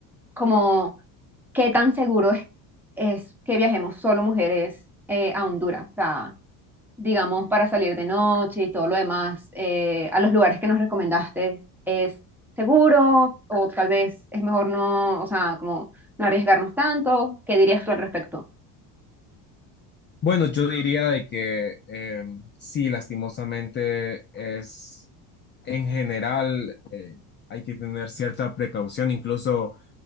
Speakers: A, in the centre; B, on the left.
A: como qué tan seguro es, es que viajemos solo mujeres eh, a Honduras, o sea, digamos, para salir de noche y todo lo demás, eh, a los lugares que nos recomendaste, ¿es seguro o tal vez es mejor no, o sea, como no arriesgarnos tanto? ¿Qué dirías tú al respecto?
B: Bueno, yo diría de que eh, sí, lastimosamente es en general eh, hay que tener cierta precaución, incluso